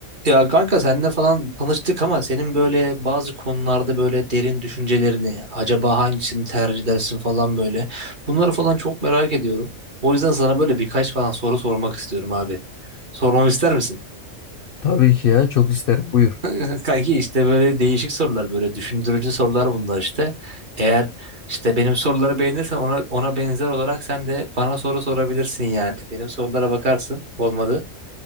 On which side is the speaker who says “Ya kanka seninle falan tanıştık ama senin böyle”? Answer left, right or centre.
Right